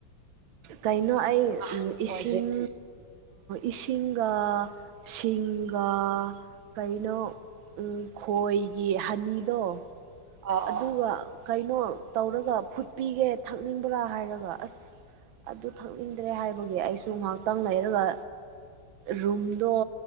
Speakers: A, on the right; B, on the right.
A: ꯀꯩꯅꯣ ꯑꯩ
B: ꯑꯍꯟ
A: ꯏꯁꯤꯡ
B: ꯑꯣꯏꯈ꯭ꯔꯦꯅꯦ
A: ꯏꯁꯤꯡꯒ ꯁꯤꯡꯒꯥ ꯀꯩꯅꯣ ꯈꯣꯏꯒꯤ ꯍꯅꯤꯗꯣ
B: ꯑꯥ
A: ꯑꯗꯨꯒ
B: ꯑꯥ
A: ꯀꯩꯅꯣ ꯇꯧꯔꯒ ꯐꯨꯠꯄꯤꯒꯦ ꯊꯛꯅꯤꯡꯕ꯭ꯔꯥ ꯍꯥꯏꯔꯒ ꯑꯁ ꯑꯗꯨ ꯊꯛꯅꯤꯡꯗ꯭ꯔꯦ ꯍꯥꯏꯕꯒꯤ ꯑꯩꯁꯨ ꯉꯥꯏꯍꯥꯛꯇꯪ ꯂꯩꯔꯒ ꯔꯨꯝꯗꯣ